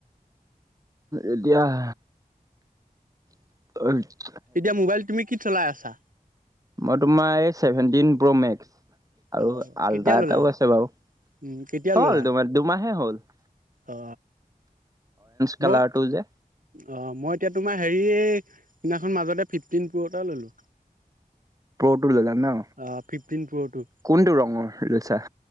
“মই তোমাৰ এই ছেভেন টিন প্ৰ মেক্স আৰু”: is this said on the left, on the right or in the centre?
Right